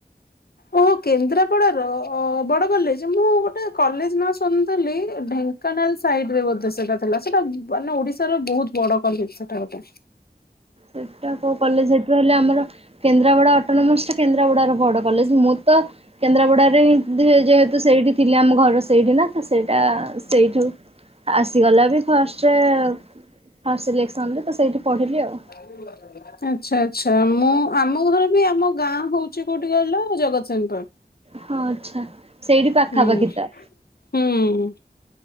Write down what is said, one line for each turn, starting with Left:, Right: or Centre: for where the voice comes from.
Left: ଓ ହୋ କେନ୍ଦ୍ରାପଡାର ଅ ବଡ କଲେଜ ମୁଁ ଗୋଟେ କଲେଜ ନାଁ ଶୁଣିଥିଲି। ଢେଙ୍କାନାଳ ସାଇଡରେ ବୋଧେ ସେଇଟା ଥିଲା ସେଟା ମାନେ ଓଡିଶାର ବହୁତ ବଡ କଲେଜ ସେଟା ଗୋଟା।
Right: ସେଟା କୋଉ କଲେଜ ହେଇଥିବ ହେଲେ ଆମର କେନ୍ଦ୍ରାପଡା ଅଟୋନୋମସ ତ କେନ୍ଦ୍ରାପଡାର ବଡ କଲେଜ ମୁଁ ତ କେନ୍ଦ୍ରାପଡାରେ ହିଁ ଯେ ଯେହେତୁ ସେଇଠି ଥିଲି ଆମ ଘର ସେଇଠି ନା ତ ସେଇଟା ସେଇଠୁ ଆସିଗଲା ବି ଫାଷ୍ଟରେ ଫାଷ୍ଟ ସିଲେକ୍ସନରେ ତ ସେଇଠି ପଢିଲି ଆଉ।
Left: <unintelligible> ଆଚ୍ଛା ଆଚ୍ଛା ମୁଁ ଆମ ଘର ବି ଆମ ଗାଁ ହଉଛି କୋଉଠି କହିଲ ଜଗତସିଂହପୁର।
Right: ହଁ ଆଚ୍ଛା ସେଇଠି ପାଖାପାଖି
Left: ହୁଁ
Right: ତ।
Left: ହୁଁ।